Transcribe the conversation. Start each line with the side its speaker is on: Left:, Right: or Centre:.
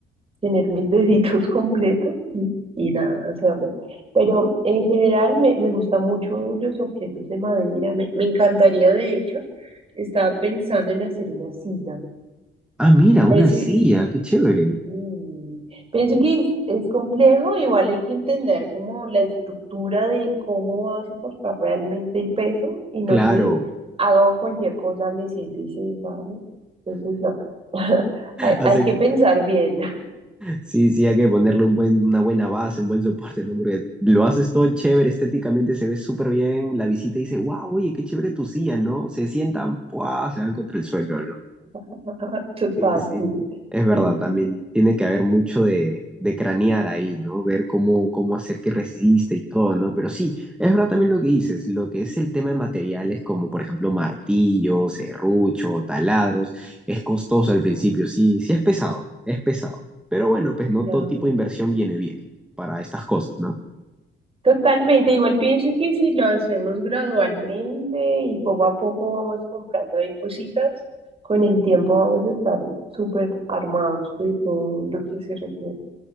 Right: tener mis deditos <laughs> completos y, y nada, hacerle. Pero en general me, me gustan mucho los objetos de madera. Me, me encantaría, de hecho, estaba pensando en hacer una silla.
Centre: Ah, mira, una
Right: Parece
Centre: silla, qué chévere.
Right: Mm, Pienso que es, es complejo, igual hay que entender como la estructura de cómo va a soportar realmente el peso y no
Centre: Claro.
Right: que haga cualquier cosa, me siente y se desarme. Entonces, no, <laughs> hay,
Centre: Así
Right: hay que
Centre: que,
Right: pensar bien,
Centre: sí, sí, hay que ponerle un buen, una buena base, un buen soporte, ¿no? Porque lo haces todo chévere, estéticamente se ve súper bien. La visita dice, wow, oye, qué chévere tu silla, ¿no? Se sientan, ¡pua! se van contra el suelo, ¿no?
Right: <laughs> total.
Centre: Sí, sí,
Right: Sí, sí,
Centre: es verdad,
Right: sí.
Centre: también
Right: sí.
Centre: tiene que haber mucho de, de cranear ahí, ¿no? Ver cómo, cómo hacer que resista y todo, ¿no? Pero sí, es verdad también lo que dices, lo que es el tema de materiales como, por ejemplo, martillos, serrucho, taladros, es costoso al principio, sí, sí es pesado, es pesado. Pero bueno, pues no
Right: No,
Centre: todo tipo
Right: no,
Centre: de inversión
Right: no.
Centre: viene bien para estas cosas, ¿no?
Right: Totalmente, igual pienso que si lo hacemos gradualmente y poco a poco vamos comprando ahí cositas, con el tiempo vamos a estar súper armados de todo lo que se requiere,